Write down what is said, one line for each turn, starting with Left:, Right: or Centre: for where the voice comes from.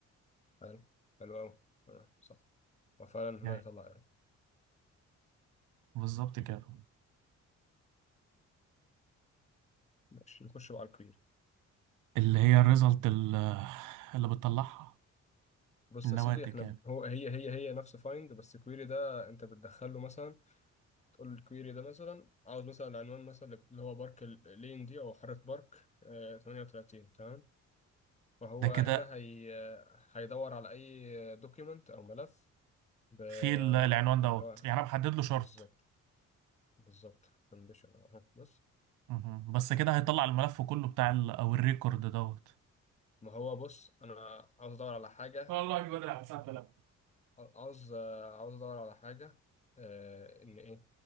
Left: حلو حلو أوي تمام صح وفعلا هنا
Right: يعني
Left: يطلع ايرور
Right: بالظبط كده
Left: ماشي نخش بقى على الكويري
Right: اللي هي الريزلت اللي, اللي بتطلعها
Left: بص
Right: النواتج
Left: يا سيدي احنا
Right: يعني
Left: ب- هو هي هي هي نفس فايند بس الكويري ده انت بتدخله مثلا تقول له الكويري ده مثلا عاوز مثلا العنوان مثلا اللي هو بارك اللين دي او حارة بارك آه، 38 تمام فهو
Right: ده كده
Left: هنا هي هيدور على اي دوكيمنت او ملف ب...
Right: في ال- العنوان
Left: باللي
Right: دوت
Left: هو
Right: يعني انا بحدد له شرط
Left: بالظبط بالظبط كونديشن اهو بص
Right: مهم. بس كده هيطلع الملف كله بتاع ال او الريكورد دوت
Left: ما هو بص انا عاوز ادور على حاجه
Right: والله دي بدري على الساعه 3
Left: عاوز عاوز ادور على حاجه آه، ان ايه